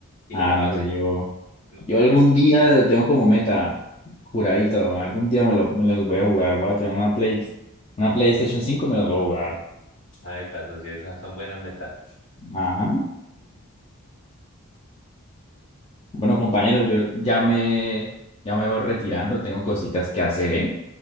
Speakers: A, on the left (about 70°); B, on the left (about 25°).
A: y
B: Ah,
A: se lo
B: no
A: pase,
B: sé, yo.
A: no
B: Yo
A: como
B: algún
A: yo.
B: día tengo como meta, juradito, algún día me, lo- me los voy a jugar. Voy a tener una Play, una PlayStation 5 y me los voy a jugar.
A: Ay, pues, socio, esas son buenas metas.
B: Ajá. Bueno, compañero, yo ya me, ya me voy retirando, tengo cositas que hacer, ¿eh?